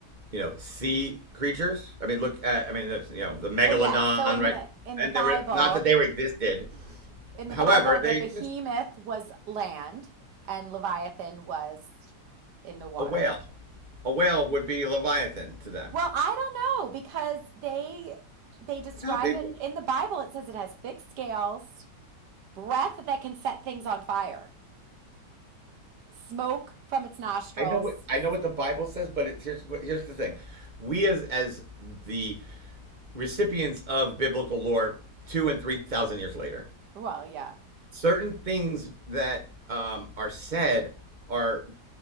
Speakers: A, on the right; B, on the right.
A: you know, sea creatures. I mean, look at, I mean, there's, you know, the megalodon,
B: Well, yeah. So in
A: right?
B: the in
A: And
B: the Bible,
A: there were not that they were existed.
B: in the
A: However,
B: Bible, the
A: they
B: behemoth was land and Leviathan was in the water.
A: a whale. A whale would be leviathan to them.
B: Well, I don't know because they they describe
A: You know how big?
B: it in the Bible. It says it has thick scales, breath that can set things on fire, smoke from its nostrils.
A: I know what I know what the Bible says, but it's here's here's the thing. We as as the recipients of biblical lore two and three thousand years later
B: Well, yeah,
A: certain things that um, are said are